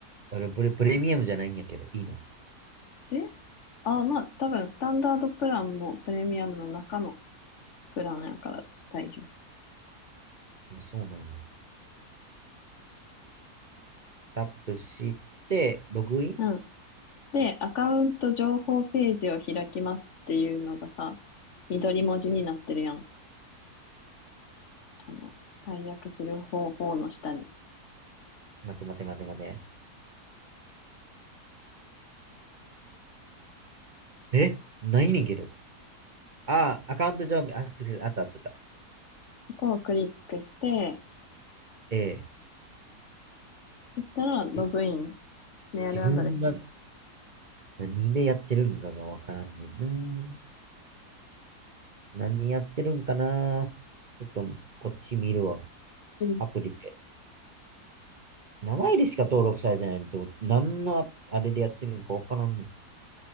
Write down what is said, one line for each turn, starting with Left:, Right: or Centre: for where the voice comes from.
Right: 俺、プレ、プレミアムじゃないんやけど、いいの
Left: えあ、まあ、多分、スタンダードプランもプレミアムの中のプランやから大丈夫。
Right: そうなんや。タップして、ログイン
Left: うん。で、アカウント情報ページを開きますっていうのがさ、緑文字になってるやん。あの、解約する方法の下に。
Right: 待って待って待って待って。えないねんけど。ああ、アカウント上、アクセス、あったあったあった。
Left: ここをクリックして、
Right: ええ
Left: そしたら、ログイン、
Right: え
Left: メールアドレス。
Right: 自分が何でやってるんかがわからんねんな。何やってるんかな。ちょっと、こっち見るわ。
Left: うん。
Right: アプリで。名前でしか登録されてないと、何のあれでやってるんかわからんねん。